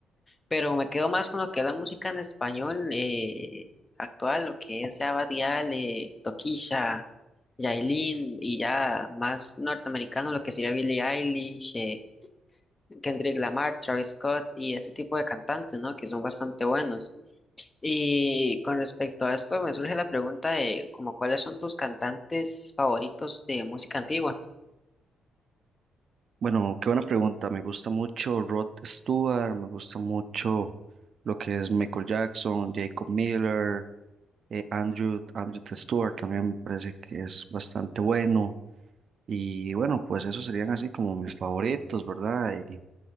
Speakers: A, on the left; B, on the right.
A: pero me quedo más con lo que es la música en español eh, actual, lo que es ya Bad Gyal, eh, Toquilla, Yailin y ya más norteamericano, lo que sería Billie Eilish, eh, Kendrick Lamar, Travis Scott y ese tipo de cantantes, ¿no? Que son bastante buenos. Y con respecto a esto, me surge la pregunta de como cuáles son tus cantantes favoritos de música antigua.
B: Bueno, qué buena pregunta. Me gusta mucho Rod Stewart, me gusta mucho lo que es Michael Jackson, Jacob Miller, eh, Andrew, Andrew Stewart también me parece que es bastante bueno. Y bueno, pues esos serían así como mis favoritos, ¿verdad? De,